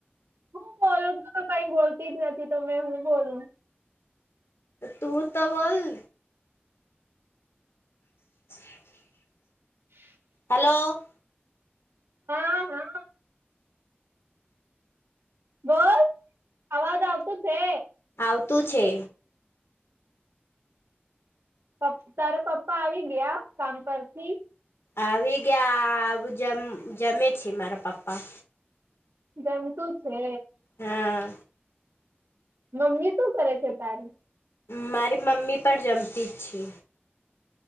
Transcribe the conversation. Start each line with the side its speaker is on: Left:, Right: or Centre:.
Right: હું બોલું તો કંઈ બોલતી જ નથી તમે હું બોલું.
Left: તું તો બોલ. <inaudible>
Right: <inaudible>
Left: હેલો.
Right: હા, હા, બોલ અવાજ આવતું છે.
Left: ખોટું છે.
Right: પણ તારા પપ્પા આવી ગયા કામ પરથી
Left: આવી ગયા જમ જમે છે, મારા પપ્પા
Right: જમતું છે
Left: હા
Right: મમ્મી શું કરે છે તારી?
Left: મારી મમ્મી પણ જમતી જ છે.